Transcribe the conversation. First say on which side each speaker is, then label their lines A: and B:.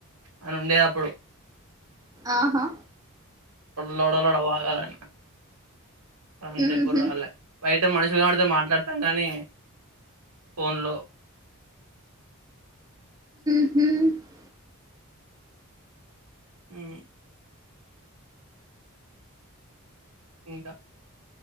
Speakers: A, on the right; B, on the right.
A: అని ఉండేది అప్పుడు
B: ఆహా
A: లోడలోడ వాగాలే గంత
B: ఊహూ
A: ఎప్పుడు రాలే బయట మనుషులు కనబడితే మాట్లాడతాం కానీ ఫోన్లో
B: ఉ
A: ఉ ఇంకా